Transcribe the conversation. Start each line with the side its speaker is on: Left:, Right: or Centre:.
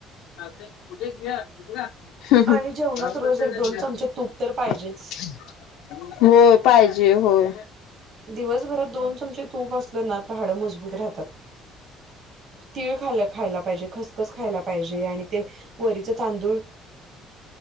Left: ह ते उद्या ग <unintelligible>
Right: आणि जेवणात रोज एक दोन चमचे तूप तर पाहिजेच.
Left: <unintelligible> हो पाहिजे होय.
Right: दिवसभरात दोन चमचे तूप असलं ना, तरहाडं मजबूत राहतात. तिळ खा खायला पाहिजे. खस खस खायला पाहिजे. आणि ते वरीचं तांदूळ